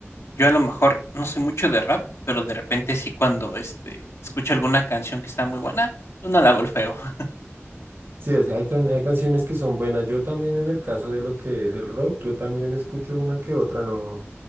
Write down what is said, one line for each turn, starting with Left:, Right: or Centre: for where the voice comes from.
Left: Yo a lo mejor no soy mucho de rap, pero de repente sí cuando, este, escucho alguna canción que está muy buena, pues no la golfeo. <laughs>
Right: Sí, es, hay, can- hay canciones que son buenas. Yo también en el caso de lo que es el rock, yo también escucho una que otra, no,